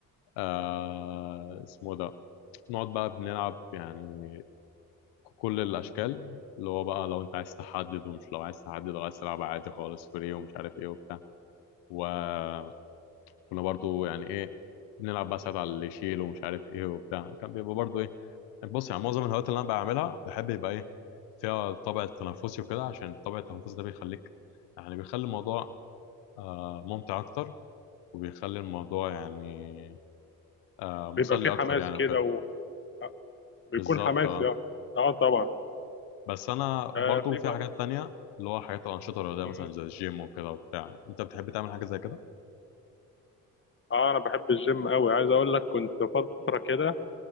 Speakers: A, on the left; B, on the left.
A: آه اسمه ده نقعد بقى بنلعب يعني كل الاشكال اللي هو بقى لو انت عايز تحدد ومش لو عايز تحدد وعايز تلعب عادي خالص فري ومش عارف ايه وبتاع وكنا برضو يعني ايه بنلعب بقى ساعات على اللي يشيل ومش عارف ايه وبتاع كان بيبقى برضو ايه بص يعني معظم الهوايات اللي انا بعملها بحب يبقى ايه فيها الطابع التنافسي وكده عشان طابع التنافسي ده بيخليك يعني بيخلي الموضوع آه، ممتع اكتر وبيخلي الموضوع يعني آه، مسلي
B: بيبقى في حماس
A: اكتر يعني
B: كده
A: وكده
B: آه، بيكون
A: بالظبط
B: حماس
A: اه
B: يعني اه طبعا
A: بس انا برضو
B: آه في
A: في
B: بقى
A: حاجات تانية اللي هو حاجات الانشطه الرياضيه مثلا
B: مم.
A: زي الجيم وكده وبتاع انت بتحب تعمل حاجه زي كده
B: اه انا بحب الجيم قوي عايز اقول لك كنت فتره كده